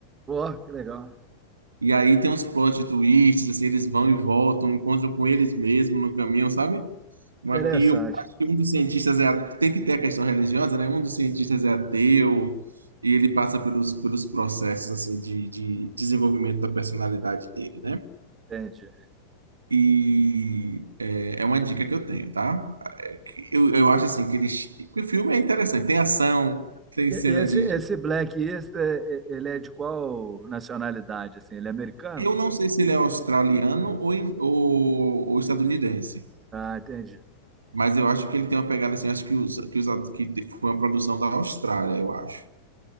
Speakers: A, on the right (about 20°); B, on the right (about 75°).
A: Pô, que legal.
B: E aí tem uns plot twists, assim, eles vão e voltam, encontram com eles mesmos no caminho, sabe? Uma-
A: Interessante.
B: E eu acho que um dos cientistas é, a- tem que ter a questão religiosa, né? Um dos cientistas é ateu e ele passa pelos, pelos processos assim, de, de desenvolvimento da personalidade dele, né?
A: Entendi.
B: E é, é uma dica que eu tenho, tá? Eu, eu acho assim que ele, que o filme é interessante, tem ação, tem
A: Esse,
B: cena de.
A: esse Black East, é- é- ele é de qual nacionalidade, assim? Ele é americano?
B: Eu não sei se ele é australiano ou, em- ou, ou estadunidense.
A: Ah, entendi.
B: Mas eu acho que ele tem uma pegada assim, acho que os, que os que te- foi uma produção da Austrália, eu acho.